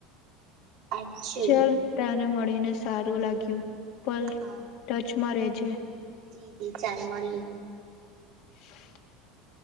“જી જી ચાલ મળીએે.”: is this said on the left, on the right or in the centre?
Right